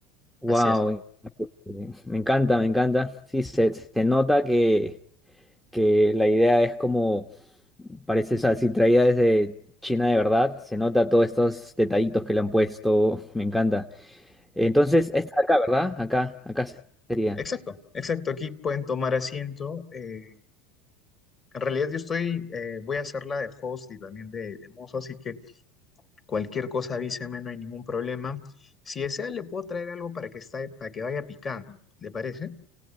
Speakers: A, in the centre; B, on the left.
A: Wow,
B: así es.
A: me encanta, me encanta. Sí, se, se nota que, que la idea es como, parece o sea, así traída desde China de verdad. Se nota todos estos detallitos que le han puesto. Me encanta. Entonces, esta de acá, ¿verdad? Acá, acá sería.
B: Exacto, exacto. Aquí pueden tomar asiento. eh, en realidad yo estoy, eh, voy a hacer la de host y también de, de mozo, así que cualquier cosa avíseme, no hay ningún problema. Si desea, le puedo traer algo para que, está, para que vaya picando. ¿Le parece?